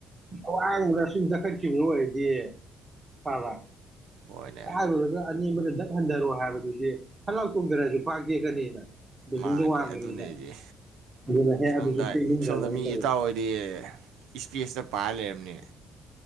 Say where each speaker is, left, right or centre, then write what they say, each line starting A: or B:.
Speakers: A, on the right; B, on the right.
A: ꯑꯋꯥꯡꯕꯗ ꯁꯨꯝ ꯆꯠꯈꯠꯈꯤꯕ ꯑꯣꯏꯔꯗꯤ ꯐꯕ꯫
B: ꯍꯣꯏꯅꯦ꯫
A: ꯀꯥꯏꯔꯨꯔꯒ ꯑꯅꯦꯝꯕꯗ ꯗꯛ ꯍꯟꯊꯔꯣ ꯍꯥꯏꯕꯗꯨꯗꯤ ꯐꯟꯂꯥꯎ ꯆꯣꯡꯗꯔꯁꯨ ꯈ꯭ꯋꯥꯡ ꯇꯦꯛꯀꯅꯤꯅ꯫ ꯕꯤꯜꯗꯤꯡꯗꯣ
B: ꯃꯥꯅꯦ
A: ꯋꯥꯡꯕꯅꯤꯅ
B: ꯑꯗꯨꯅꯦ ꯍꯥꯏꯁꯦ꯫
A: ꯑꯗꯨꯅ ꯍꯦꯛ
B: ꯁꯣꯝꯗ
A: ꯑꯗꯨꯁꯨ ꯇꯦꯛꯅꯤꯡꯗꯕ
B: ꯁꯣꯝꯗ
A: ꯑꯩꯅ
B: ꯃꯤ
A: ꯇꯧꯔꯤꯁꯦ
B: ꯏꯇꯥꯎ ꯍꯣꯏꯗꯤ ꯏꯁꯄꯦꯁꯇ ꯄꯥꯏꯔ ꯂꯩꯔꯕꯅꯤꯅꯦ꯫